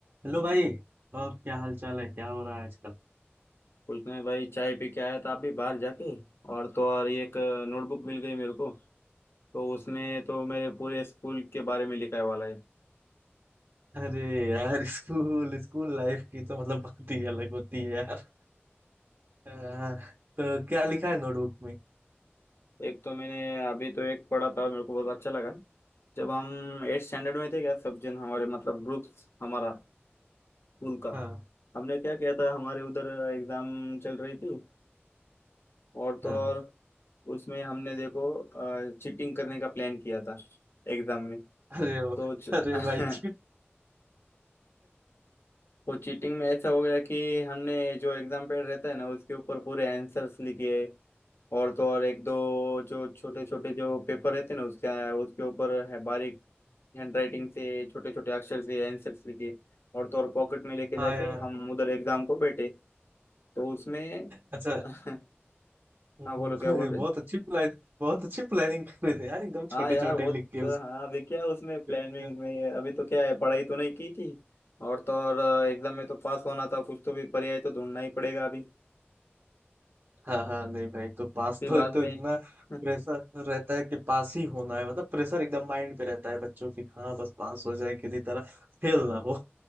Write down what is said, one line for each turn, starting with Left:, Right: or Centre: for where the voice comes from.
Right: Hello भाई और क्या हाल चाल है क्या हो रहा है आजकल
Left: कुछ नहीं भाई चाय पी के आया था अभी बाहर जाके और तो और ये एक नोटबुक मिल गई मेरे को तो उसमें तो मेरे पूरे स्कूल के बारे में लिखा है वाला है
Right: अरे यार स्कूल स्कूल लाइफ की तो मतलब बात ही अलग होती है यार आ, तो क्या लिखा है नोटबुक में
Left: एक तो मैंने अभी तो एक पढ़ा था मेरे को बहुत अच्छा लगा जब हम एट स्टैंडर्ड में थे क्या सब जन हमारे मतलब ग्रुप हमारा स्कूल का
Right: हाँ
Left: हमने क्या किया था हमारे उधर एग्जाम चल रही थी और तो
Right: हाँ
Left: और उसमें हमने देखो चीटिंग करने का प्लान किया था एग्जाम में
Right: अरे वाह,
Left: तो च-
Right: अरे भाई जी।
Left: <laughs> वो चीटिंग में ऐसा हो गया कि हमने जो एग्जाम पैड रहता है ना उसके ऊपर पूरे आंसर्स लिखे और तो और एक दो जो छोटे छोटे जो पेपर रहते हैं ना उसका उसके ऊपर है बारीक हैंड राइटिंग से छोटे छोटे अक्षर से आंसर्स लिखे और तो और पॉकेट में लेके
Right: हाँ
Left: जाके
Right: यार
Left: हम उधर एग्जाम को बैठे तो उसमें
Right: अच्छा
Left: <laughs> हाँ
Right: हम्म,
Left: बोलो क्या बोल रहे
Right: बहुत अच्छी प्लान बहुत अच्छी प्लानिंग कर रहे थे यार एकदम
Left: हाँ
Right: छोटे
Left: यार
Right: छोटे
Left: वो
Right: लिख के
Left: तो हाँ अभी क्या उसमें प्लानिंग
Right: उसको
Left: में अभी तो क्या है पढ़ाई तो नहीं की थी और तो और एग्जाम में तो पास होना था कुछ तो भी पर्याय तो ढूंढना ही पड़ेगा अभी
Right: हाँ हाँ नहीं भाई तो पास
Left: फिर
Right: तो
Left: बाद
Right: एक
Left: में
Right: तो इतना
Left: <laughs>
Right: प्रेशर रहता है कि पास ही होना है मतलब प्रेशर एकदम माइंड पे रहता है बच्चों की हाँ बस पास हो जाए किसी तरह फेल ना हो